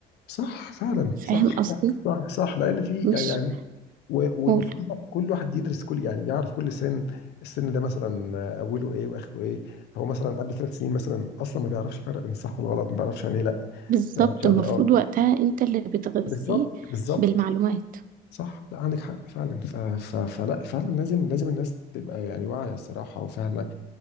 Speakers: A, on the left; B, on the right.
A: صح فعلا
B: فاهم
A: صح
B: قصدي
A: صح صح, صح. لان في
B: مش
A: يعني يعني و... والمفروض
B: قول
A: إن كل واحد يدرس كل يعني يعرف كل سن السن ده مثلا آه، اوله ايه واخره ايه هو مثلا قبل ثلاث سنين مثلا اصلا ما بيعرفش يفرق بين الصح والغلط ما بيعرفش يعني ايه لا
B: بالظبط
A: ما بيعرفش يعني
B: المفروض
A: إيه اه
B: وقتها انت اللي بتغذيه
A: بالظبط بالظبط
B: بالمعلومات
A: صح لا عندك حق فعلا ف... ف... فلا فعلا لازم لازم الناس تبقى يعني واعية الصراحة وفاهمة